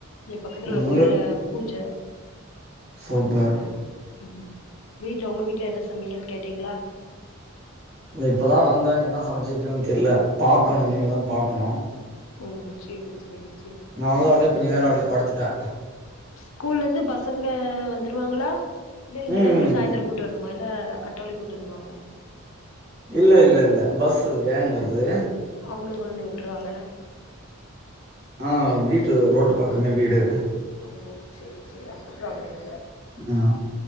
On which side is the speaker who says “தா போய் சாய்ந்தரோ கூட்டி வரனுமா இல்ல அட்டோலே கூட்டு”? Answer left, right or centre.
Left